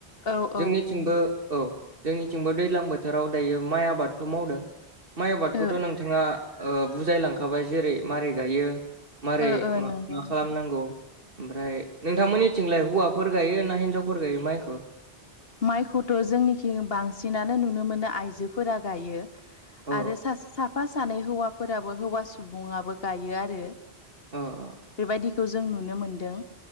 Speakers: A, on the left; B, on the right.
A: औ
B: जोंनिथिंबो
A: औ बुं
B: औ जोंनिथिंबो दैज्लां बोथोराव दायो माइ आबादखौ मावदों माइ आबादखौथ'
A: ओ
B: नोंथाङा बुजायलांखाबाय जेरै मारै गायो मारै
A: ओ ओ
B: मा
A: नंगौ नोंथां
B: नांगौ ओमफ्राय नोंथांमोननिथिंलाय हौवाफोर गायो ना हिनजावफोर गायो माइखौ
A: माइखौथ' जोंनिखि बांसिनानो नुनो मोनो आइजोफोरा गायो
B: अ
A: आरो सास साफा सानै हौवाफोराबो हौवा सुबुंआबो गायो आरो
B: अ अ
A: बेबायदिखौ जों नुनो मोनदों